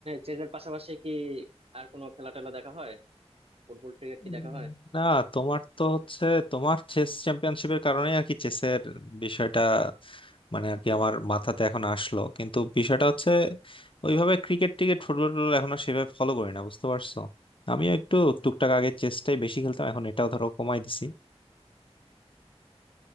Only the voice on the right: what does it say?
চেসের পাশাপাশি কি আর কোনো খেলা টেলা দেখা হয় ফুটবল ক্রিকেট কি
দেখা হয়